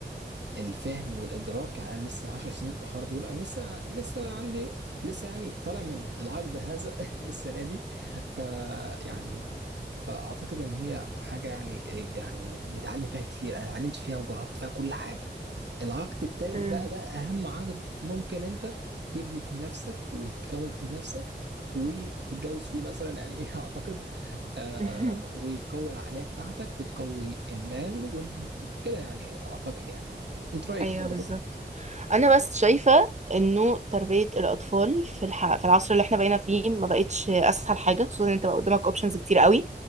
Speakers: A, on the right; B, on the right.
A: الفهم والادراك يعني انا لسه 10 سنين الاخر دول انا لسه لسه عندي لسه يعني طالع من العجز هذا <laughs> السنه دي فيعني فاعتقد ان هي حاجه يعني إيه، يعني بتعلم فيها كتير انا اتعلمت فيها وجربت فيها كل حاجه العقد التالت
B: مم.
A: بقى ده اهم عقد ممكن انت تبني فيه نفسك وتكون فيه نفسك وتتجوز فيه مثلا يعني <laughs> ايه اعتقد آه
B: <laughs>
A: وتقوي العقليه بتاعتك وتقوي المال وكده يعني اعتقد يعني انت رايك
B: ايوه
A: كيف يا رضا؟
B: بالظبط انا بس شايفه انه تربيه الاطفال في الح... في العصر اللي احنا بقينا فيه ما بقتش اسهل حاجه خصوصا ان انت بقى قدامك اوبشنز كتير قوي